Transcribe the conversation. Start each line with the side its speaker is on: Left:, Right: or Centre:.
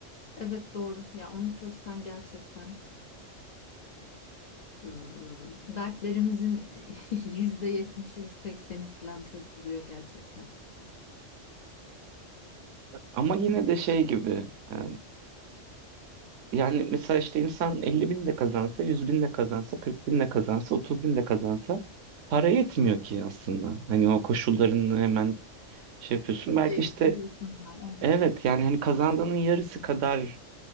Left: Evet doğru. Ya onu çözsen gerçekten eee, dertlerimizin <laughs> %70'i sekseni falan çözülüyor gerçekten.
Right: ama yine de şey gibi e, Yani mesela işte insan 50 bin de kazansa, 100 bin de kazansa, 40 bin de kazansa, 30 bin de kazansa para yetmiyor ki aslında. Hani o koşullarını hemen şey yapıyorsun. Belki
Left: Değiştiriyorsun
Right: işte
Left: hemen
Right: evet
Left: evet.
Right: yani hani kazandığının yarısı kadar